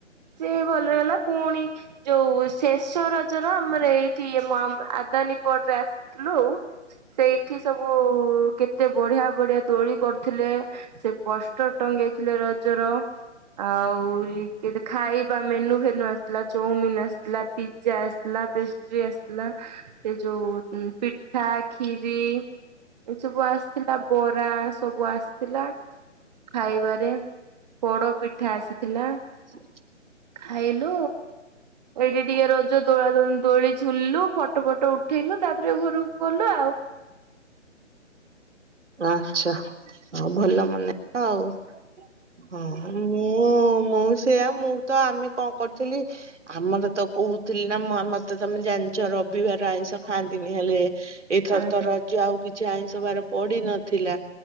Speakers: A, on the right (about 35°); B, on the right (about 70°).
A: ସିଏ ଭଲରେଗଲା ପୁଣି ଯୋଉ ଶେଷ ରଜ ର ଆମର ଏଇଠି ଆଦାନୀପଡରେ ଆସିଥିଲୁ। ସେଇଠି ସବୁ କେତେ ବଢିଆ ବଢିଆ ଦୋଳି କରିଥିଲେ। ସେ ପୋଷ୍ଟ ଟଙ୍ଗେଇଥିଲେ ରଜର। ଆହୁରି କେତେ ଖାଇବା ମେନୁ ଫେନୁ ଆସିଥିଲା ଚଉ ମିିନ ଆସିଥିଲା ପିଜ୍ଜା ଆସିଥିଲା ପେଷ୍ଟ୍ରି ଆସିଥିଲା। ସେ ଯୋଉ ପିଠା ଖିରି ଏ ସବୁ ଆସିଥିଲା ବରା। ସବୁ ଆସିଥିଲା ଖାଇବାରେ ପୋଡ଼ ପିଠା ଆସିଥିଲା।
B: <unintelligible>
A: ଖାଇଲୁ ଏଇଠି ଟିକେ ରଜ ଦୋଳା ଦୋଲ୍ ଦୋଳି ଝୁଲିଲୁ ଫଟୋ ଫଟ ଉଠେଇଲୁ ତାପରେ ଘରକୁ ଗଲୁ ଆଉ
B: ଆଚଛା ହ ଭଲ ମନେ ଆଉ ହଁ। ମୁଁ ମୁଁ ସେଆ ମୁଁ ତ ଆମେ କଣ କରିଥିଲି। ଆମର ତ କହୁଥିଲି ନା ମୁଁ ଆମର ତ ତମେ ଜାଣିଛ ରବିବାର ଆଇଁଷ ଖାଆନ୍ତିନି ହେଲେ ଏଥର
A: ହଁ
B: ତ ରଜ ଆଉ କିଛି ଆଇଁଷ ବାର ପଡି ନଥିଲା।